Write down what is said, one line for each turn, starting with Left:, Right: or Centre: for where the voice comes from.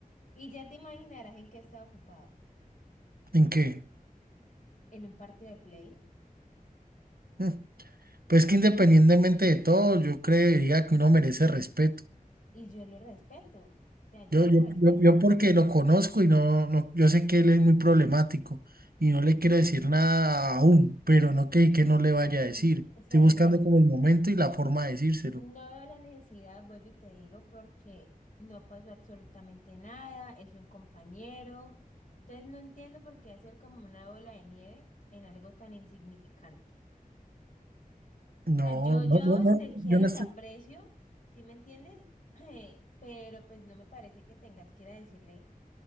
Left: Y ya te imaginarás en qué estaba ocupado,
Right: ¿en qué?
Left: en un partido de play.
Right: Mm. Pues que independientemente de todo, yo creería que uno merece respeto.
Left: Y yo lo respeto, o sea, yo
Right: Yo,
Left: lo
Right: yo,
Left: respeto.
Right: yo, yo porque lo conozco y no, no, yo sé que él es muy problemático y no le quiero decir nada aún, pero no que, que no le vaya
Left: Mm,
Right: a decir.
Left: O sea,
Right: Estoy buscando
Left: no,
Right: como el momento y la forma de decírselo.
Left: No veo la necesidad, vuelvo y te digo, porque no pasó absolutamente nada, es un compañero. Entonces no entiendo por qué hacer como una bola de nieve en algo tan insignificante. O
Right: No,
Left: sea, yo,
Right: no,
Left: yo a
Right: no,
Left: vos
Right: no,
Left: te quiero,
Right: yo no estoy,
Left: te aprecio, ¿sí me entiendes? <clears throat> Pero pues no me parece que tengas que ir a decirle